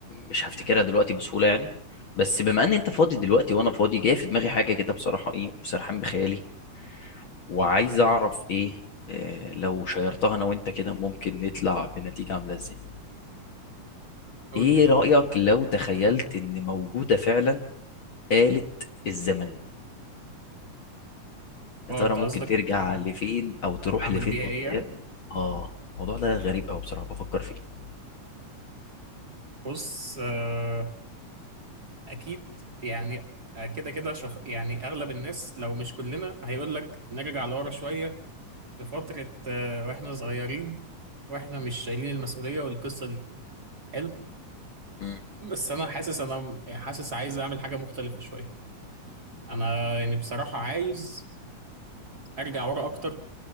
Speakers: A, on the left (about 50°); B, on the right (about 35°).
A: مش هفتكرها دلوقتي بسهوله يعني بس بما ان انت فاضي دلوقتي وانا فاضي جايه في دماغي حاجه كده بصراحه ايه وسرحان بخيالي وعايز اعرف ايه آه، لو شيرتها انا وانت كده ممكن نطلع بنتيجه عامله ازاي
B: قول
A: ايه
B: لي طب
A: رايك لو تخيلت ان موجوده فعلا آلة الزمن
B: اه
A: يا ترى
B: انت
A: ممكن
B: قصدك
A: ترجع
B: آه،
A: لفين او تروح
B: اعمل
A: لفين
B: بيها
A: قدام
B: ايه يعني
A: اه الموضوع ده غريب قوي بصراحه بفكر فيه
B: بص آه، اكيد يعني آه، كده كده شخ... يعني اغلب الناس لو مش كلنا هيقول لك نرجع لورا شويه في فتره آه، واحنا صغيرين واحنا مش شايلين المسؤوليه والقصه دي حلو
A: مم.
B: بس انا حاسس انا حاسس عايز اعمل حاجه مختلفه شويه انا يعني بصراحه عايز ارجع ورا اكتر